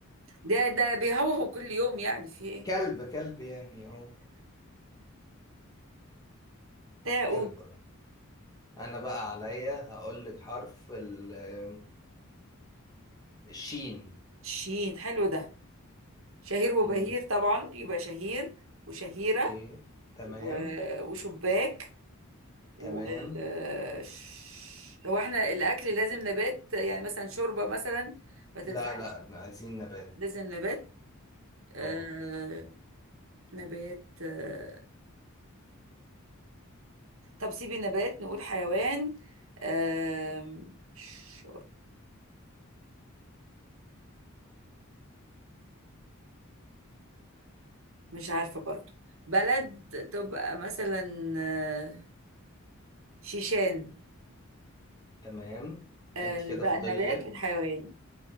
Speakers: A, on the right (about 65°); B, on the left (about 20°).
A: ده ده بيهوهو كل يوم يعني في ايه
B: كلب كلب يعني اه
A: تاؤد
B: كلب انا بقى عليا هقول لك حرف ال- الشين
A: شين حلو ده شهير وبهير
B: مم،
A: طبعا يبقى شهير وشهيرة
B: اوكي تمام
A: و- وشباك و
B: تمام
A: آه، ش- هو احنا الاكل لازم نبات يعني مثلا شوربة مثلا ما تنفعش
B: لا لا عايزين نبات
A: لازم نبات آه...
B: اه
A: نبات آه، طب سيبي نبات نقول حيوان آم، شر- مش عارفة برضو بلد تبقى مثلا آه، شيشان
B: تمام
A: آه،
B: انت كده
A: بقى
B: فاضل
A: النبات
B: لك
A: والحيوان